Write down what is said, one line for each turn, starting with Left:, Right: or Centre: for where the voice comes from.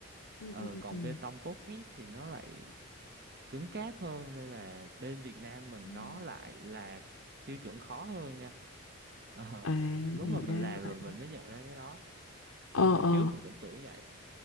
Left: Ừ
Right: Ờ,
Left: ừ ừ
Right: còn
Left: ừ.
Right: bê tông cốt thép thì nó lại cứng cáp hơn nên là bên Việt Nam mình
Left: Ừm.
Right: nó lại là tiêu chuẩn khó hơn nha Ờ,
Left: À
Right: s- lúc
Left: thì
Right: mà mình
Left: ra là
Right: làm
Left: vậy.
Right: rồi mình mới nhận ra cái đó
Left: Ờ
Right: hồi, hồi
Left: ờ.
Right: trước mình cũng tưởng vậy